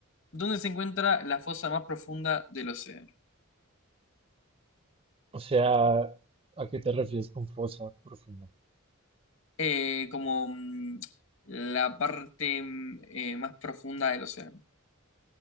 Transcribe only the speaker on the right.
O sea, ¿a qué te refieres con fosa profunda?